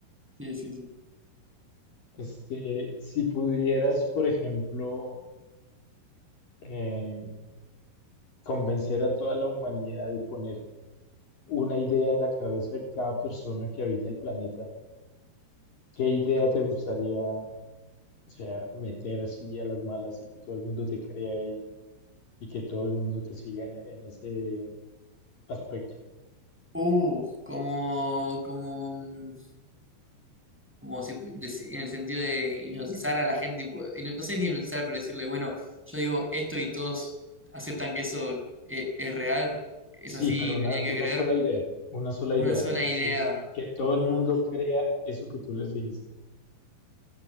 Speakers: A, in the centre; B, on the left.
A: Sí, sí, sí.
B: Este, si pudieras, por ejemplo, eh, convencer a toda la humanidad y poner una idea en la cabeza de cada persona que habita el planeta, ¿qué idea te gustaría, o sea, meter así a las malas y que todo el mundo te crea y, y que todo el mundo te siga en, en ese aspecto?
A: Uh, como, como, mm, como si deci- en el sentido de hipnotizar a la gente, tipo, y no, no sé si hipnotizar, pero decirle, bueno, yo digo esto y todos aceptan que eso eh, es real, es
B: Sí,
A: así,
B: pero una,
A: me tienen
B: una
A: que creer.
B: sola idea, una sola
A: Una
B: idea.
A: sola
B: Entonces,
A: idea.
B: que todo el
A: Ah.
B: mundo crea eso que tú les dijiste.